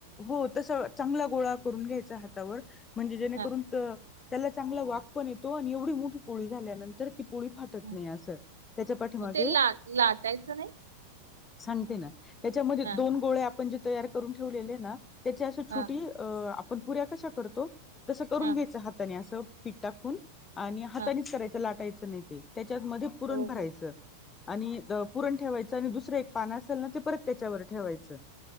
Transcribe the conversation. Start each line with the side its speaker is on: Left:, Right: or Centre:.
Left: हो तस चांगला गोळा करून घ्यायचा हातावर म्हणजे जेणेकरून
Right: हा
Left: तर त्याला चांगला वाक पण येतो, आणि एवढी मोठी पोळी झाल्यानंतर ती पोळी फाटत
Right: हा
Left: नाही असं. त्याच्या पाठीमागे
Right: मग ते ला लाटायचं नाही
Left: सांगते ना, त्याच्यामध्ये
Right: हा
Left: दोन गोळे आपण जे तयार करून ठेवलेले हे ना त्याची अशी
Right: हा
Left: छोटी आपण पुऱ्या कशा करतो तसं करून
Right: हा
Left: घ्यायचं हाताने असं पीठ टाकून आणि हातानेच
Right: हा
Left: करायचं लाटायचं नाही ते त्याच्यातमध्ये पुरण
Right: हो
Left: भराय
Right: हो
Left: आणि पुरण ठेवायचं, आणि दुसरं एक पान असेल ना ते परत त्याच्यावर ठेवायचं